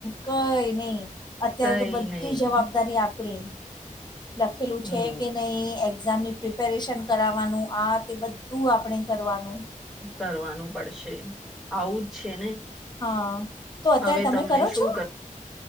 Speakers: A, on the left; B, in the centre.
A: કઈ ની અત્યારે
B: કઈ
A: તો બધી
B: નહી
A: જવાબદારી આપણી. લખેલું
B: હમ
A: છે કે નઈ? એ ઝામની પ્રિપેરેશન કરાવાનું, આ તે બધું આપણે કરવાનું.
B: કરવાનું પડશે, આવું જ છે ને.
A: હન, તો અત્યારે
B: હવે
A: તમે
B: તમને
A: કરો
B: શું
A: છો?